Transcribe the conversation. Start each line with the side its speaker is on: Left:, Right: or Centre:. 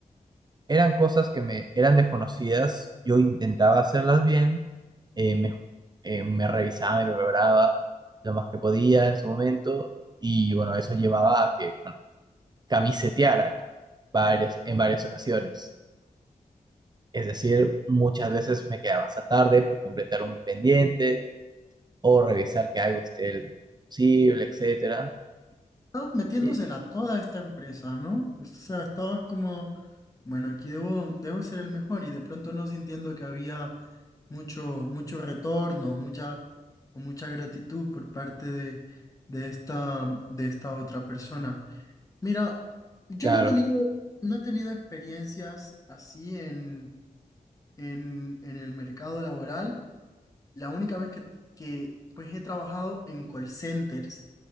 Right: eran cosas que me eran desconocidas, yo intentaba hacerlas bien, eh, me, eh, me revisaba, me preparaba lo más que podía en su momento y bueno, eso llevaba a que, bueno, camiseteara varias, en varias ocasiones. Es decir, muchas veces me quedaba hasta tarde por completar un pendiente o revisar que algo esté posible, etcétera.
Left: Estabas metiéndosela
Right: Y,
Left: toda esta empresa, ¿no? O sea, estabas como, bueno, aquí debo, debo ser el mejor y de pronto no sintiendo que había mucho, mucho retorno, mucha, o mucha gratitud por parte de, de esta, de esta otra persona. Mira, yo
Right: claro,
Left: no he tenido, no he tenido experiencias así en, en, en el mercado laboral. La única vez que, que pues he trabajado en call centers